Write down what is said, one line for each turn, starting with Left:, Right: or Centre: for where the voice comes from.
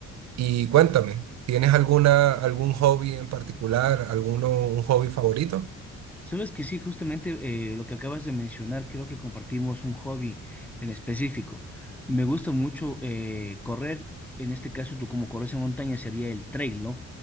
Right: Y cuéntame, ¿tienes alguna, algún hobby en particular, alguno, un hobby favorito?
Centre: Sabes que sí, justamente eh, lo que acabas de mencionar, creo que compartimos un hobby en específico. Me gusta mucho eh, correr, en este caso tú como corres en montaña sería el trail, ¿no?